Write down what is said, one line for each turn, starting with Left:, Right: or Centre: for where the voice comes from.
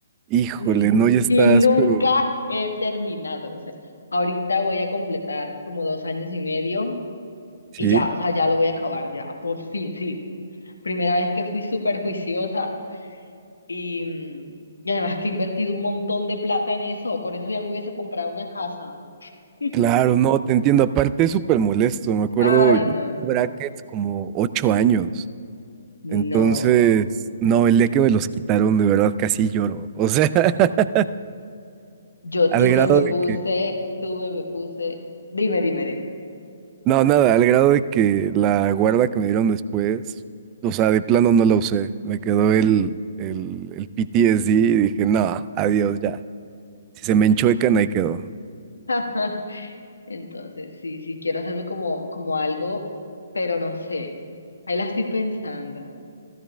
Right: Híjole,
Left: Mm,
Right: no, ya estás,
Left: Y nunca
Right: pero
Left: he terminado, o sea, ahorita voy a completar como dos años y medio
Right: sí,
Left: y ya, o sea, ya lo voy a acabar ya, por fin, sí. Primera vez que fui súper juiciosa y, mm, y además que he invertido un montón de plata en eso, con eso ya me hubiese comprado una casa. <laughs>
Right: claro, no, te entiendo. Aparte es súper molesto, me acuerdo,
Left: Ay,
Right: yo
Left: no,
Right: tuve
Left: no.
Right: brackets como ocho años.
Left: No,
Right: Entonces, no, el día que me los quitaron, de verdad casi lloro. O sea, <laughs>
Left: yo
Right: al
Left: tuve,
Right: grado
Left: me
Right: de
Left: puse,
Right: que,
Left: tuve, me puse. Dime, dime, dime.
Right: no, nada, al grado de que la guarda que me dieron después, o sea, de plano no la usé. Me quedó el, el, el PTSD y dije, no, adiós ya. Si se me enchuecan, ahí quedó.
Left: <laughs> Entonces, sí, sí quiero hacerlo como, como algo, pero no sé. Ahí la estoy pensando.